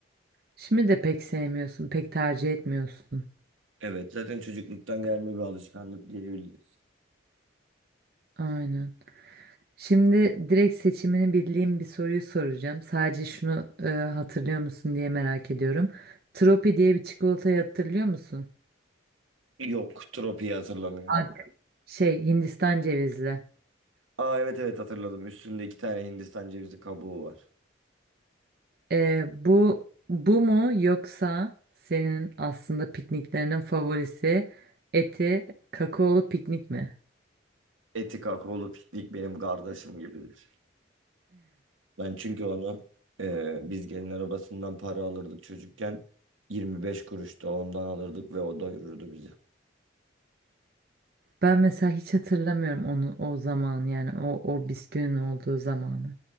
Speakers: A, on the right (about 50°); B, on the right (about 85°).
A: Şimdi de pek sevmiyorsun, pek tercih etmiyorsun.
B: Evet zaten çocukluktan gelme bir alışkanlık diyebiliriz.
A: Aynen. Şimdi direkt seçimini bildiğim bir soruyu soracağım. Sadece şunu e, hatırlıyor musun diye merak ediyorum. Tropi diye bir çikolatayı hatırlıyor musun?
B: Yok tropiyi hatırlamıyorum.
A: Ad- Şey, Hindistan cevizli.
B: Aa evet evet hatırladım. Üstünde iki tane Hindistan cevizi kabuğu var.
A: Ee, bu bu mu yoksa senin aslında pikniklerinin favorisi eti kakaolu piknik mi?
B: Eti kakaolu piknik benim kardeşim gibidir. Ben çünkü onu e, biz gelin arabasından para alırdık çocukken. 25 kuruş da ondan alırdık ve o doyururdu bizi.
A: Ben mesela hiç hatırlamıyorum onu o zaman yani o o bisküvinin olduğu zamanı.